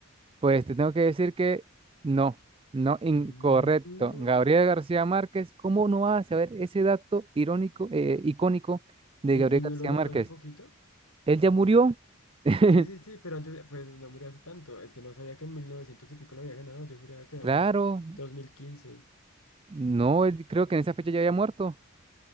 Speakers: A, on the right; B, on the left.
A: Pues te tengo que decir que no, no, incorrecto.
B: No.
A: Gabriel García Márquez, ¿cómo no vas a saber ese dato irónico, eh, icónico de
B: ¿Él,
A: Gabriel
B: él
A: García
B: no lo ganó
A: Márquez?
B: hace poquito?
A: Él ya murió. <laughs>
B: Sí, sí, sí, pero antes, pues no murió hace tanto. Es que no sabía que en 1900 y pico lo había ganado. Yo juraba que era
A: Claro,
B: más 2015.
A: no, él creo que en esa fecha ya había muerto.